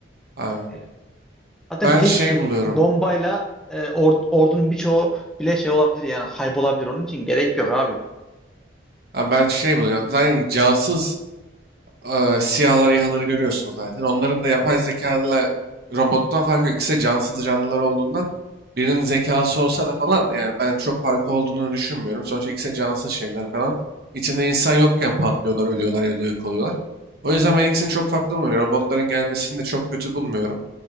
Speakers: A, on the right; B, in the centre.
A: abi.
B: e, zaten
A: Ben
B: tek
A: şey buluyorum.
B: bombayla e, or- ordunun birçoğu bile şey olabilir yani kaybolabilir. Onun için gerek yok abi.
A: Ha, Ben şey buluyorum. Zaten cansız Eee, siyahları İHA'ları görüyorsunuz zaten. Onların da yapay zekalarla robottan farkı yok. İkisi de cansız canlılar olduğundan birinin zekası olsa da falan yani ben çok farkı olduğunu düşünmüyorum. Sonuçta ikisi de cansız şeyler falan. İçinde insan yokken patlıyorlar, ölüyorlar ya da yok oluyorlar. O yüzden ben ikisini çok farklı bulmuyorum. Yani Robotların gelmesini de çok kötü bulmuyorum.